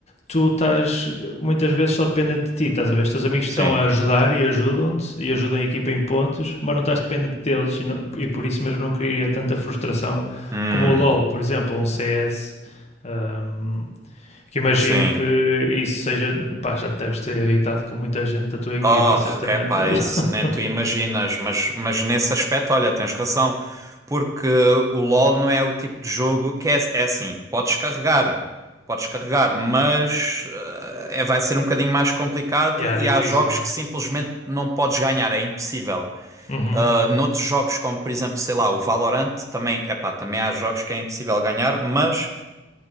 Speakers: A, on the left; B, on the right.
A: tu estás muitas vezes só dependente de ti, estás a ver? Os teus amigos
B: Sim.
A: estão a ajudar e ajudam-te e ajudam a equipa em pontos, mas não estás dependente deles e, não- e por isso mesmo não cria tanta frustração
B: Hum.
A: como o LoL, por exemplo, ou um CS. hum, que imagino
B: Sim.
A: que isso seja, pá, já te deves ter irritado com muita gente da tua equipa,
B: Oh,
A: certamente.
B: epá,
A: no LoL.
B: isso
A: <laughs>
B: nem tu imaginas, mas, mas nesse aspecto, olha, tens razão, porque o LoL não é o tipo de jogo que é, é assim, podes carregar, podes carregar, mas eh, é, vai ser um bocadinho mais complicado
A: yeah,
B: e
A: difícil,
B: há jogos
A: né?
B: que simplesmente não podes ganhar, é impossível.
A: Uhum,
B: Ah, noutros jogos, como por exemplo, sei lá, o Valorant, também, epá, também há jogos que é impossível ganhar, mas